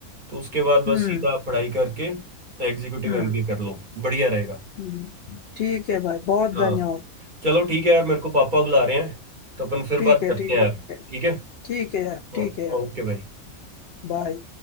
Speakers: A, on the right; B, on the left.
A: तो उसके बाद बस
B: हम्म
A: सीधा आप पढ़ाई करके एग्जीक्यूटिव
B: हम्म
A: एमबीए कर लो बढ़िया रहेगा
B: हम्म। ठीक है भाई बहुत
A: हाँ
B: धन्यवाद
A: चलो ठीक है यार मेरे को पापा बुला रहे हैं तो अपन फिर
B: ठीक
A: बात
B: है
A: करते
B: ठीक
A: हैं यार
B: है
A: ठीक है
B: ठीक है यार
A: हाँ
B: ठीक है यार
A: ओके भाई
B: बाय